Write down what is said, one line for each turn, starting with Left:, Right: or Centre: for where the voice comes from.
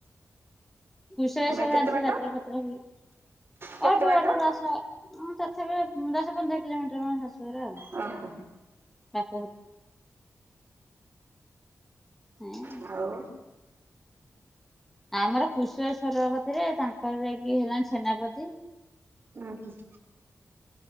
Centre: <unintelligible>
Right: ମେ କେତେ ବାଟ କେତେ ବାଟ
Centre: ପନ୍ଦର କିଲୋମିଟର ମୋ ଶାସୁଘର ଆଉ <inaudible>
Right: ଓହୋ।
Centre: ବାପ <inaudible> ନାଇଁ
Right: <inaudible> ଆଉ
Centre: ଆମର କୁଶେଳେଶ୍ୱର କତିରେ ତାଙ୍କର ଯାଇକି ହେଲାଣି ସେନାପତି।
Right: ହୁଁ ହୁଁ।